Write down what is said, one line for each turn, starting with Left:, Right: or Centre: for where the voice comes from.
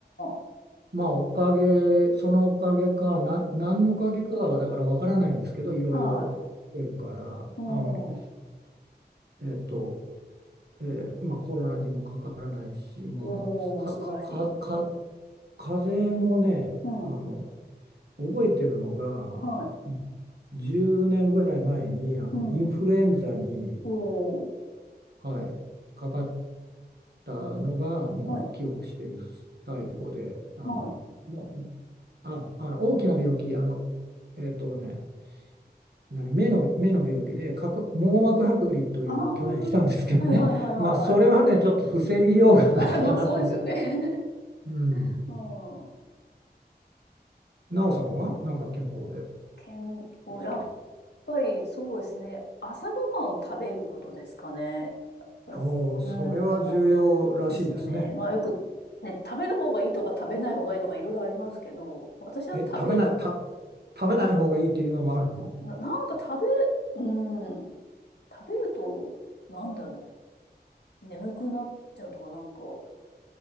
Left: ー。
Right: まあおかげそのおかげかな何のおかげかはだからわからないんですけどいろいろしてるからあの
Left: はい。うん。
Right: えっとえーまあ、コロナにもかからないし、まあ、
Left: おー。
Right: か、
Left: 素晴らしい。
Right: か、か、か風邪もね、
Left: うん。
Right: あの、覚えてるのが、
Left: はい。
Right: 10年ぐらい前に、あの、
Left: うん。
Right: インフルエンザに、
Left: おー、
Right: はい、かかったのが、もう記憶してる最後で、
Left: はい、
Right: あの、
Left: はい。
Right: もう、あ、あの、大きな病気、あの、えっとね、何目の、目の病気で角網膜剥離というのを去年したんですけどね、
Left: ああ、はいはいはいはいはい。
Right: <laughs> まあ、それはね、
Left: <laughs>
Right: ちょっと防ぎようがないかなと思って、
Left: あまあそうですよね。<laughs>
Right: うん、
Left: うん。
Right: なおさんはなんか健康で
Left: え健康、
Right: お
Left: やっぱりそうですね。朝ごはんを食べることですかね。やっぱりうん、
Right: おおそれは重要らしいですね。
Left: なですよね。まあよく、ね、食べる方がいいとか食べない方がいいとかいろいろありますけど、私は食べる、
Right: え、食べない、た、食べない方がいいっていうのもあるの
Left: な、な、なんか食べ、うん、食べると、なんだろう、眠くなっちゃうとかなんか、